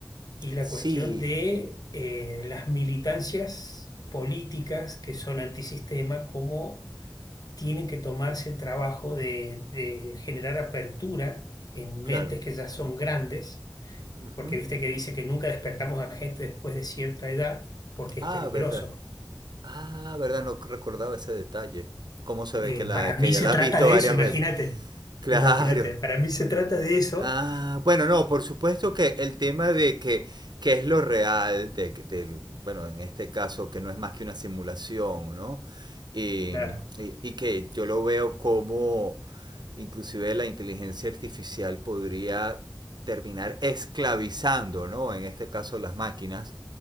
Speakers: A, on the left (about 60°); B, on the right (about 70°).
A: y la
B: Sí,
A: cuestión de eh, las militancias políticas que son antisistema, cómo tienen que tomarse el trabajo de, de generar apertura en
B: claro.
A: mentes que ya son grandes,
B: Ujú.
A: porque viste que dice que nunca despertamos a gente después de cierta edad porque es
B: Ah,
A: peligroso.
B: verdad. Ah, verdad, no recordaba ese detalle. ¿Cómo se ve
A: Eh,
B: que, la,
A: para mí
B: que ya
A: se
B: la
A: trata
B: has visto
A: de
B: varias
A: eso, imagínate,
B: veces? Claro.
A: imagínate, para mí se trata de eso,
B: Ah, bueno, no, por supuesto que el tema de que, que es lo real, de, del- bueno, en este caso que no es más que una simulación, ¿no? Y,
A: claro.
B: y- y que yo lo veo como inclusive la inteligencia artificial podría terminar esclavizando, ¿no? En este caso las máquinas,